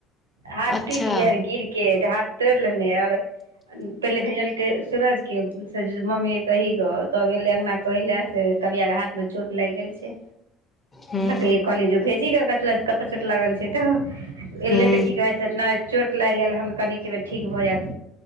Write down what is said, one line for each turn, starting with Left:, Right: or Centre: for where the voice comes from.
Right: हाथ
Left: अच्छा
Right: टुटि गेल गिरके हाथ। तोरि लेने और पहिले भेजलकै सूरज के। फेर जे मम्मी के कही ग तब एलै अंगना कहै ले से कबिया के हाथ मे चोट लागि गेल छै।
Left: हूँ
Right: ध के त कहलिअइ भेजही ग चोट लागल छै तऽ एले
Left: हूँ
Right: त की। जे है से नै चोट लागि गेल हन कनीकबे ठीक भ जाएत